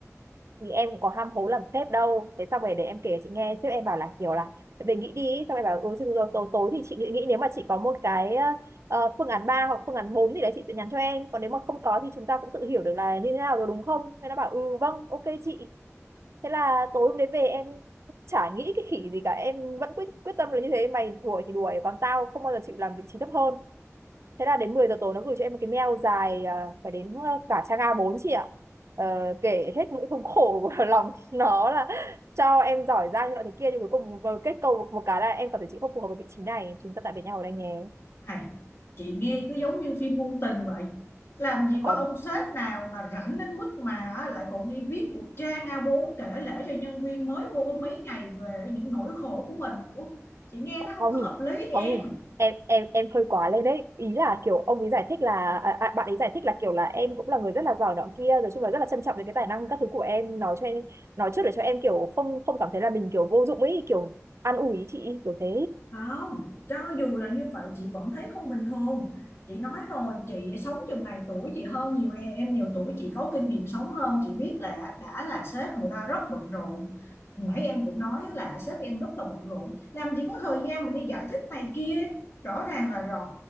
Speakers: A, on the right; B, on the left.
A: thì em cũng có ham hố làm sếp đâu thế xong rồi để em kể chị nghe sếp em bảo là kiểu là về nghĩ đi ý." xong em bảo ừ, rồi, rồi, tối, tối thì chị nghĩ, nghĩ nếu mà chị có một cái ờ, phương án 3 hoặc phương án 4 thì đấy chị sẽ nhắn cho em còn nếu mà không có thì chúng ta cũng tự hiểu được là như thế nào rồi đúng không thế nó bảo ừ vâng ok chị thế là tối hôm đấy về em chả nghĩ cái khỉ gì cả em vẫn quyết quyết tâm là như thế mày đuổi thì đuổi còn tao không bao giờ chịu làm vị trí thấp hơn Thế là đến 10 giờ tối nó gửi cho em một cái mail dài à, phải đến ờ, cả trang a bốn chị ạ. Ờ, kể hết nỗi thống khổ của <laughs> lòng nó là cho em giỏi giang như loại thế kia nhưng cuối cùng vừa kết cầu một, một cái là em cảm thấy chị không phù hợp với vị trí này chúng ta tạm biệt nhau ở đây nhé
B: này chị nghe cứ giống như phim ngôn tình vậy làm gì
A: không
B: có ông sếp nào mà rảnh đến mức mà á, lại còn đi viết một trang A4 kể lể cho nhân viên mới vô có mấy ngày về những nỗi khổ của mình Ủa, chị nghe nó không
A: không
B: có hợp lý em
A: không em em em hơi quá lên đấy ý là kiểu ông ấy giải thích là à, à, bạn ấy giải thích là kiểu là em cũng là người rất là giỏi nọ kia rồi chung là rất là trân trọng về cái tài năng các thứ của em nói cho em nói trước để cho em kiểu không không cảm thấy là mình kiểu vô dụng ấy kiểu an ủi chị kiểu thế
B: không cho dù là như vậy chị vẫn thấy không bình thường chị nói rồi chị sống chừng này tuổi chị hơn nhiều em em nhiều tuổi chị có kinh nghiệm sống hơn chị biết là đã là sếp người ta rất bận rộn nãy em cũng nói là sếp em rất là bận rộn làm gì có thời gian mà đi giải thích này kia rõ ràng là rồi